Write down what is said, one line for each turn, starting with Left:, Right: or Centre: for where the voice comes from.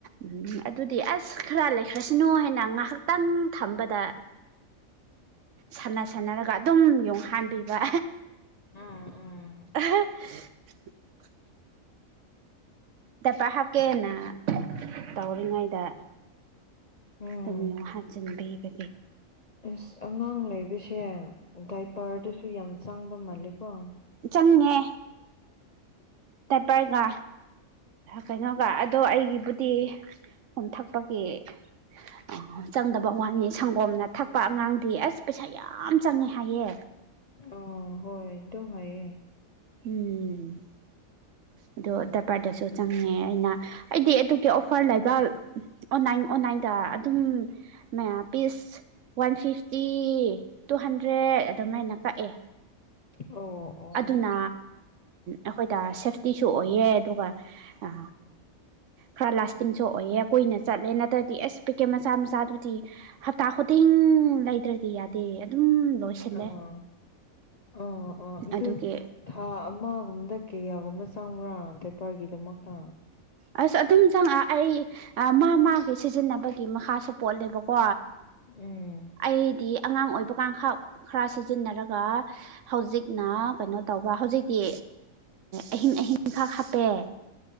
Right: ꯎꯝ ꯑꯗꯨꯗꯤ ꯑꯁ ꯈꯔ ꯂꯩꯈ꯭ꯔꯁꯤꯅꯨ ꯍꯥꯏꯅ ꯉꯥꯏꯍꯥꯛꯇꯪ ꯊꯝꯕꯗ ꯁꯥꯟꯅ ꯁꯅꯔꯒ ꯑꯗꯨꯝ ꯌꯣꯡꯍꯟꯕꯤꯕ
Left: ꯎꯝ ꯎꯝ
Right: <inaudible> ꯗꯄꯥ ꯍꯥꯞꯀꯦꯅ ꯇꯧꯔꯤꯉꯩꯗ
Left: ꯎꯝ
Right: ꯇꯝꯌꯣ ꯍꯥꯖꯤꯟꯕꯤꯕ
Left: ꯑꯁ ꯑꯉꯥꯡ ꯂꯩꯕꯁꯦ ꯗꯥꯏꯄꯔꯗꯁꯨ ꯌꯥꯝ ꯆꯪꯕ ꯃꯥꯜꯂꯦꯀꯣ
Right: ꯆꯟꯅꯉꯦ ꯇꯄꯥꯔꯒꯥ ꯀꯩꯅꯣꯒ ꯑꯗꯣ ꯑꯩꯒꯤꯕꯨꯗꯤ ꯀꯣꯝꯊꯛꯄꯒꯤ ꯑ ꯆꯪꯗꯕ ꯋꯥꯅꯤ ꯁꯪꯒꯣꯝꯅ ꯊꯛꯄ ꯑꯉꯥꯡꯗꯤ ꯑꯁ ꯄꯩꯁꯥ ꯌꯥꯝ ꯆꯪꯉꯦ ꯍꯥꯏꯌꯦ
Left: ꯑ ꯍꯣꯏ ꯑꯗꯨꯝ ꯍꯥꯏꯌꯦ
Right: ꯎꯝ ꯑꯗ ꯗꯔꯄꯔꯗꯁꯨ ꯆꯪꯉꯦ ꯑꯩꯅ ꯑꯩꯗꯤ ꯑꯗꯨꯒꯤ ꯑꯣꯐꯔ ꯂꯩꯕ ꯑꯣꯟꯂꯥꯏꯟ ꯑꯣꯟꯂꯥꯏꯟꯗ ꯑꯗꯨꯝ ꯃ piece one fifty two hundred ꯑꯗꯨꯃꯥꯏꯅ ꯀꯛꯑꯦ
Left: ꯑꯣ ꯑꯣ
Right: ꯑꯗꯨꯅ ꯑꯩꯈꯣꯏ ꯇꯔ ꯁꯦꯐꯇꯤ ꯇꯣꯛꯑꯣꯌꯦꯦ ꯑꯗꯨꯒ ꯑ ꯈꯔ ꯂꯥꯁꯇꯤꯡꯁꯨ ꯑꯣꯏꯑꯦ ꯀꯨꯏꯅ ꯆꯠꯂꯦ ꯅꯠꯇ꯭ꯔꯗꯤ ꯑꯁ ꯄꯦꯀꯦꯠ ꯃꯆꯥ ꯃꯆꯥꯗꯨꯗꯤ ꯍꯞꯇꯥ ꯈꯨꯗꯤꯡ ꯎꯝ ꯂꯩꯗ꯭ꯔꯗꯤ ꯌꯥꯗꯦ ꯑꯗꯨꯝ ꯂꯣꯏꯁꯤꯜꯂꯦ
Left: ꯑꯣ ꯑꯣ ꯑꯣ ꯑꯗꯨ
Right: ꯑꯗꯨꯒꯤ
Left: ꯊꯥ ꯑꯃꯒꯨꯝꯕꯗ ꯀꯌꯥꯒꯨꯝꯕ ꯆꯪꯕ꯭ꯔꯥ ꯗꯦꯄꯔꯒꯤꯗꯃꯛꯇ
Right: ꯑꯁ ꯑꯗꯨꯝ ꯆꯪꯉꯛ ꯑꯩ ꯃꯥ ꯃꯥꯒꯦ ꯁꯤꯖꯤꯟꯅꯕꯒꯤ ꯃꯈꯥꯁꯨ ꯄꯣꯠꯂꯦꯕꯀꯣ
Left: ꯎꯝ
Right: ꯑꯩꯗꯤ ꯑꯉꯥꯡ ꯑꯣꯏꯕ ꯀꯥꯡꯈꯥ ꯈꯔ ꯍꯥꯆꯤꯟꯅꯔꯒ ꯍꯧꯖꯤꯛꯅ ꯀꯩꯅꯣ ꯇꯧꯕ ꯍꯧꯖꯤꯛꯇꯤ ꯑꯍꯤꯡ ꯑꯍꯤꯡ ꯈ ꯍꯥꯄꯦ